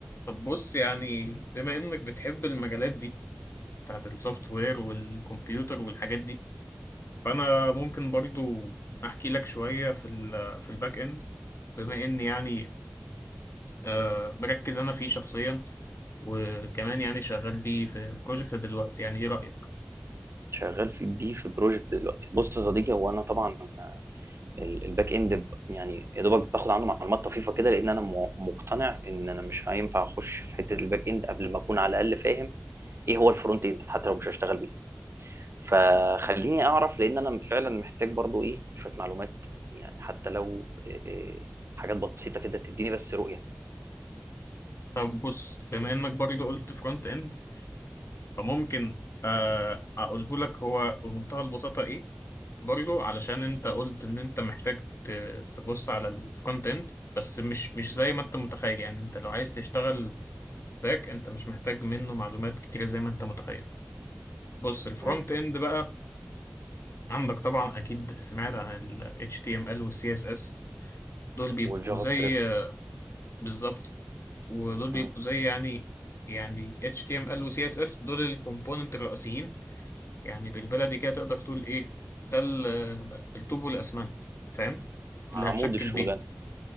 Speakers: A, on the left; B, on the right.
A: طب بص يعني بما انك بتحب المجالات دي بتاعت السوفت وير والكمبيوتر والحاجات دي فانا ممكن برضو احكي لك شوية في ال في الباك اند بما اني يعني آه، مركز انا فيه شخصيا وكمان يعني شغال بيه في بروجكت دلوقتي يعني ايه رأيك
B: شغال في بيه في بروجكت دلوقتي بص يا صديقي هو انا طبعا ال- الباك اند ب- يعني يا دوبك باخد عنه معلومات طفيفه كده لان انا م- مقتنع ان انا مش هينفع اخش في حته الباك اند قبل ما اكون على الاقل فاهم ايه هو الفرونت اند حتى لو مش هشتغل بيه فخليني اعرف لان انا فعلا محتاج برضو ايه شويه معلومات يعني حتى لو إيه حاجات بسيطه كده تديني بس رؤيه
A: طب بص بما انك برضو قلت فرونت اند فممكن آه، اقوله لك هو بمنتهى البساطة ايه برضو علشان انت قلت ان انت محتاج ت- تبص على الكونتنت بس مش مش زي ما انت متخيل يعني انت لو عايز تشتغل باك انت مش محتاج منه معلومات كتيرة زي ما انت متخيل بص الفرونت
B: مم.
A: اند بقى عندك طبعا اكيد سمعت عن ال HTML وال CSS دول بيبقوا
B: والجافا
A: زي
B: سكريبت
A: بالظبط ودول بيبقوا
B: مم.
A: زي يعني يعني HTML و CSS دول الكومبوننت الرئيسيين يعني بالبلدي كده تقدر تقول ايه ده ال- الطوب والاسمنت فاهم اللي
B: عمود
A: هتشكل
B: الشغلانه
A: بيهم